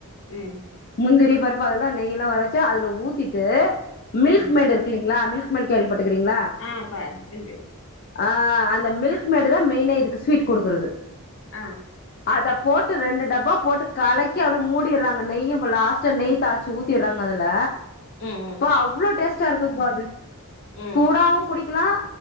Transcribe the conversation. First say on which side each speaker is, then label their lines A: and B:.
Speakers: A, on the left (about 60°); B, on the left (about 45°).
A: ம்
B: முந்திரி பருப் பு அதெல்லா நெய்ல வரச்சு அதுல ஊத்திட்டு மில்க்
A: ம்
B: மெய்டு இருக்கில்லீங்ளா மில்க் மெய்டு கேள்வி
A: அ
B: பட்டுருக்கிறீங்ளா
A: ஆ பாரு
B: ஆ அந்த மில்க் மேடுதான் மெய்னே இதுக்கு ஸ்வீட் குடுக்குறது
A: ஆ
B: அதப் போட்டு ரெண்டு டப்பா போட்டு கலக்கி அப்டி மூடிட்றாங்க நெய்யும் லாஸ்ட்டா நெய் தாள்ச்சி ஊத்திட்றாங்க அதுல
A: ம் ம்
B: பா அவ்ளோ டேஸ்ட் <unintelligible> வாது
A: ம்
B: சூடாவு குடிக்கிலாம்